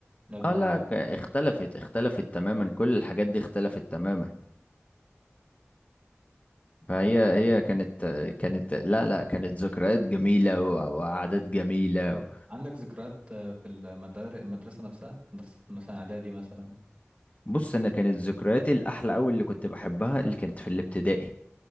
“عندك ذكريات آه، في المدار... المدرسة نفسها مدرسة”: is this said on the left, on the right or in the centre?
Right